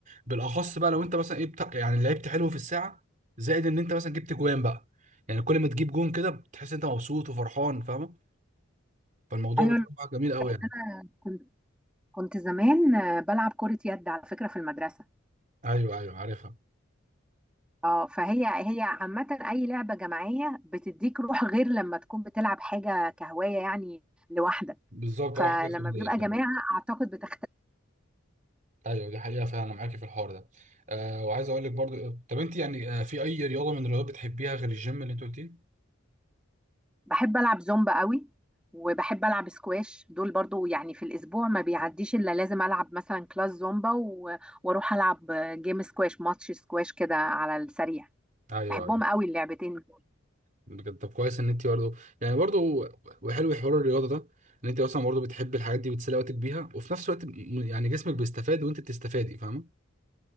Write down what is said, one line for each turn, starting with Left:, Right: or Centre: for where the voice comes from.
Right: بالاخص بقى لو انت مثلا ايه بتاع يعني لعبت حلو في الساعه زائد ان انت مثلا جبت جوان بقى يعني كل ما تجيب جون كده بتحس انت مبسوط وفرحان فاهم فالموضوع
Centre: ايوه
Right: بصراحه جميل قوي
Centre: لأن
Right: يعني
Centre: انا كنت كنت زمان آه، بلعب كره يد على فكره في المدرسه
Right: ايوه ايوه عارفها
Centre: اه فهي هي عامة أي لعبة جماعية بتديك روح غير لما تكون بتلعب حاجة كهواية يعني لوحدك
Right: بالظبط
Centre: فلما
Right: اه حاجه فرديه
Centre: بيبقى
Right: فعلا
Centre: جماعة أعتقد بتختلف
Right: ايوه دي حقيقه فعلا انا معاكي في الحوار ده آه وعايز اقول لك برضو طب انت يعني آه في اي رياضه من الرياضات بتحبيها غير الجيم اللي انت قلتيه؟
Centre: بحب ألعب زومبا قوي وبحب ألعب سكواش دول برضو يعني في الأسبوع ما بيعديش إلا لازم ألعب مثلا كلاس زومبا و... وأروح ألعب جيم سكواش ماتش سكواش كده على السريع
Right: ايوه
Centre: بحبهم
Right: ايوه
Centre: قوي اللعبتين
Right: بجد طب كويس ان انت برضه يعني برضه وحلو حوار الرياضه ده ان انت اصلا برضه بتحب الحاجات دي بتسلي وقتك بيها وفي نفس الوقت م- يعني جسمك بيستفاد وانت بتستفادي فاهمه